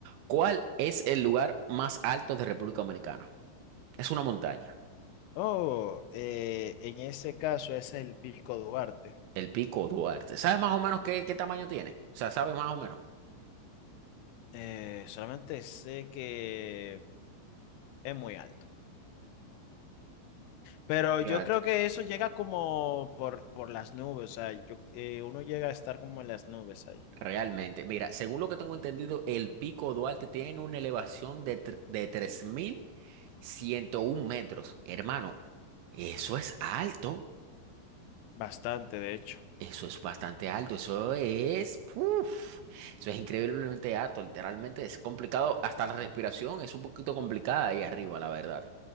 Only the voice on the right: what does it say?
¿Cuál es el lugar más alto de República Dominicana? Es una montaña,
el Pico Duarte. ¿Sabes más o menos qué, qué tamaño tiene? O sea, ¿sabes más o menos?
Fíjate.
Realmente, mira, según lo que tengo entendido, el Pico Duarte tiene una elevación de, tr- de 3.101 metros. Hermano, eso es alto,
eso es bastante alto, eso es, uf, eso es increíblemente alto, literalmente es complicado, hasta la respiración es un poquito complicada ahí arriba, la verdad.